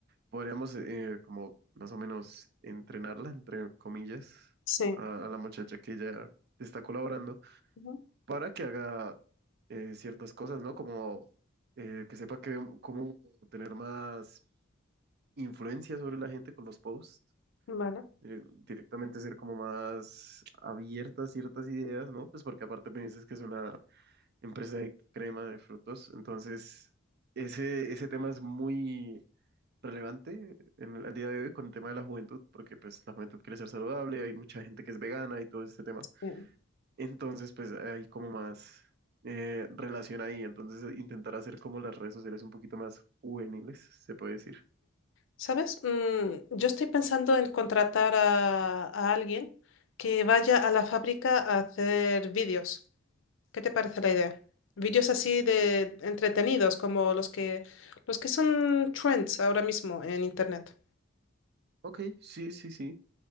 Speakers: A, on the right (about 55°); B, on the left (about 65°).
A: podríamos eh, como más o menos entrenarla, entre comillas,
B: Sí.
A: a, a la muchacha que ya está colaborando
B: Ujú.
A: para que haga eh, ciertas cosas, ¿no? Como eh, que sepa que, cómo tener más influencia sobre la gente con los posts.
B: Vale.
A: eh, directamente ser como más abierta a ciertas ideas, ¿no? Pues porque aparte me dices que es una empresa de crema de frutos, entonces ese, ese tema es muy relevante en el, al día de hoy con el tema de la juventud, porque pues la juventud quiere ser saludable, hay mucha gente que es vegana y todo este tema.
B: Sí.
A: Entonces, pues hay como más eh, relación ahí, entonces eh, intentar hacer como las redes sociales un poquito más juveniles, se puede decir.
B: ¿Sabes? Mm, yo estoy pensando en contratar a, a alguien que vaya a la fábrica a hacer vídeos. ¿Qué te parece la idea? Vídeos así de entretenidos, como los que, los que son trends ahora mismo en internet.
A: Ok, sí, sí, sí.